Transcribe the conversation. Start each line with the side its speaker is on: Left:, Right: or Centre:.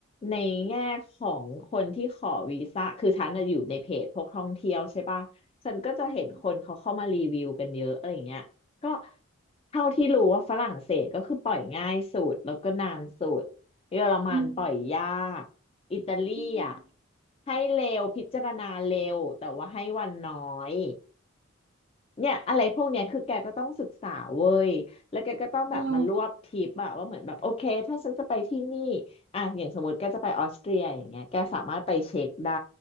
Left: ในแง่ของคนที่ขอวีซ่าคือฉันน่ะอยู่ในเพจพวกท่องเที่ยวใช่ปะฉันก็จะเห็นคนเขาเข้ามารีวิวกันเยอะอะไรอย่างเงี้ยก็
Right: อืม
Left: เท่าที่รู้ว่าฝรั่งเศสก็คือปล่อยง่ายสุดแล้วก็นานสุด เยอรมันปล่อยยาก
Right: อืม
Left: อิตาลีอ่ะ
Right: อืม
Left: ให้เร็วพิจารณาเร็วแต่ว่าให้วันน้อย เนี่ยอะไรพวกเนี้ยคือแกก็ต้องศึกษาเว้ยแล้วแกก็ต้องแบบมารวบทริปอะว่าเหมือนแบบโอเคถ้าฉันจะไปที่นี่
Right: อืม
Left: อะอย่างสมมติแกจะไปออสเตรียอย่างเงี้ยแกสามารถไปเช็คได้